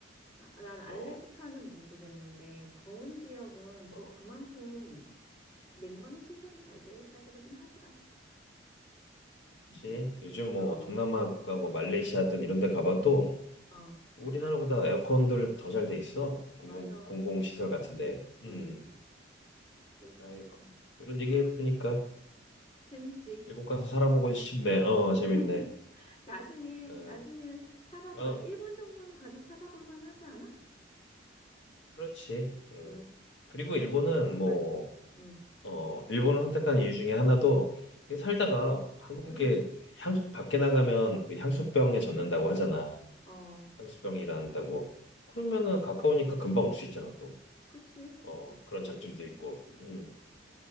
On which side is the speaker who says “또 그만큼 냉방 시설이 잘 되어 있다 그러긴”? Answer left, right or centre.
Left